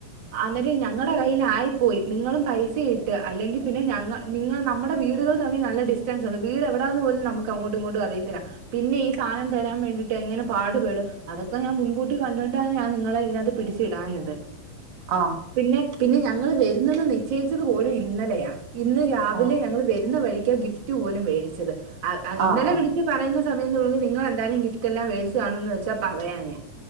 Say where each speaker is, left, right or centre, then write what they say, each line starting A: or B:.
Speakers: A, on the right; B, on the right.
A: അന്നേരം ഞങ്ങടെ കയിലായിപ്പോയി. നിങ്ങളും പൈസ ഇ ട്ട അല്ലെങ്കിൽ പിന്നെ ഞങ്ങ നിങ്ങൾ നമുടെ വീടുകൾ തമ്മിൽ നല്ല ഡിസ്റ്റൻസ്ണ്ട്. വീടെവിടാന്ന് പോലും നമ്മക്കങ്ങോട്ടും ഇങ്ങോട്ടും അറിയത്തില്ല പിന്നെ ഈ സാനം തരാൻ വേണ്ടി ട്ടെങ്ങനെ പാടുപെടും. അതൊക്കെ ഞാൻ മുൻകൂട്ടി കണ്ടണ്ടാണ് ഞാൻ നിങ്ങളെ ഇതിനകത്ത് പിടിച്ച ഇടാഞ്ഞത്
B: ആഹ്
A: പിന്നെ പിന്നെ ഞങ്ങള് വരുന്നെന്ന് നിശ്ചയിച്ചത് പോലും ഇന്നലെയാ ഇന്ന് രാവിലെ
B: ആഹ്
A: ഞങ്ങൾ വരുന്ന വഴിക്കാണ് ഗിഫ്റ്റ് പോലും മേടിച്ചത് ആ അ
B: ആഹ്
A: ഇന്നലെ
B: ആഹ്
A: വിളിച്ച ച്ച് പറയുന്ന സമയം എന്നുള്ളിൽ നിങ്ങളെന്തായാലും ഗിഫ്റ്റ് എല്ലാം മേടിച്ചു കാണന്ന് വെച്ചാ പറയാഞേ